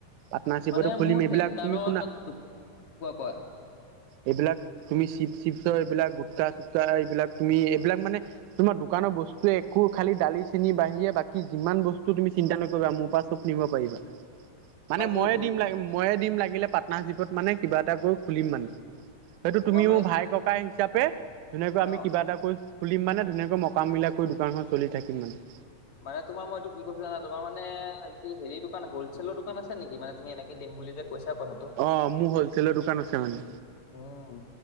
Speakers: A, on the right; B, on the left.
A: পাৰ্টনাৰশ্বিপতো
B: মানে
A: খুলিম,
B: মোৰ
A: এইবিলাক
B: চেণ্টাৰত
A: তুমি শুনা
B: মানে দো- কোৱা কোৱা
A: এইবিলাক তুমি চিপ চিপচ, এইবিলাক গোটকা চুটকা এইবিলাক তুমি এইবিলাক মানে তোমাৰ দোকানৰ বস্তুৱে একো খালি দালি, চেনি বাঢ়িৰে বাকি যিমান বস্তু তুমি চিন্তা নকৰিবা, মোৰ পৰা চব নি- নিব পাৰিবা।
B: তোমাৰ
A: মানে
B: কি
A: ময়ে
B: হ'ল
A: দিম ল ময়ে দিম লাগিলে পাৰ্টনাৰশ্বিপত, মানে কিবা এটা কৰি খুলিম মানে। হয়টো
B: তোমাৰ
A: তুমি
B: মানে
A: মোৰ ভাই-ককাই
B: কি
A: হিচাপে, ধুনীয়াকৈ
B: অ
A: আমি কিবা এটা কৰি খুলিম মানে ধুনীয়াক- মকামিলা কৰি দোকানখন চলি থাকিম মানে।
B: মানে তোমাৰ মই এইটো কি কৈছো জানা, তোমাৰমানে কি হেৰি দোকান হলছেলৰ দোকান আছে নেকি? মানে তুমি এনে- দিম বুলি যে কৈছা কথাটো।
A: অ' মোৰ হলচেলৰ দোকান আছে মানে
B: উম।